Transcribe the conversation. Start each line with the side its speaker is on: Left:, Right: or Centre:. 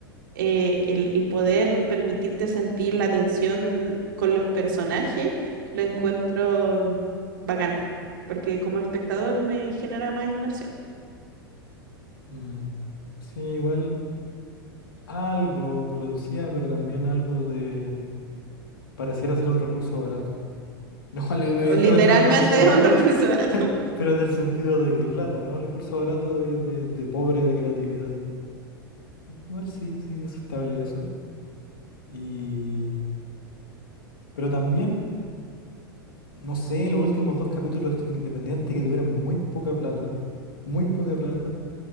Right: eh, el, el poder permitirte sentir la tensión con los personajes, lo encuentro bacán, porque como espectador me genera más inmersión.
Left: Mm. Sí, igual algo producía, pero también algo de... Pareciera ser un recurso barato. Lo cual eh, evidentemente
Right: O Literalmente
Left: es un recurso barato,
Right: es un <laughs> recurso barato.
Left: pero en el sentido de que plata, no recurso barato de, de de pobre de creatividad. Igual sí, sí, es aceptable eso. Y... Pero también, no sé, los últimos dos capítulos independientes que tuvieron muy poca plata, muy poca plata,